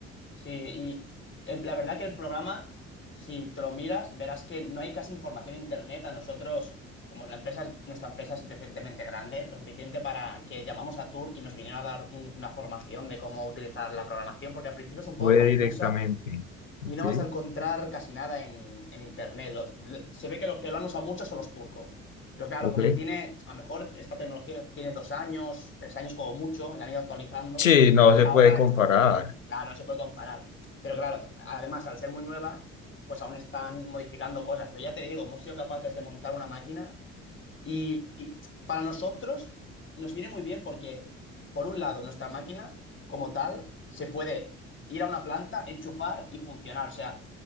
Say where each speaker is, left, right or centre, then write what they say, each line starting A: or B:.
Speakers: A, on the left (about 30°); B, on the left (about 85°).
A: Sí, y el- la verdad que el programa, si te lo miras, verás que no hay casi información en internet. A nosotros, como la empresa, es- nuestra empresa es decentemente grande, lo suficiente para que llamamos a Turk y nos vinieron a dar un- una formación de cómo utilizar la programación, porque al principio es un poco
B: Puede
A: confusa
B: directamente. Ok,
A: y no vas a encontrar casi nada en, en internet. Los- lo- se ve que los que lo han usado mucho son los turcos. Pero claro,
B: ok.
A: como tiene, a lo mejor esta tecnología tiene dos años, tres años como mucho, la han ido actualizando.
B: Sí, no
A: Y
B: se
A: ahora
B: puede comparar.
A: Claro, no se puede comparar. Pero claro, además, al ser muy nueva, pues aún están modificando cosas. Pero ya te digo, hemos sido capaces de montar una máquina y, y para nosotros nos viene muy bien porque, por un lado, nuestra máquina como tal se puede ir a una planta, enchufar y funcionar. O sea,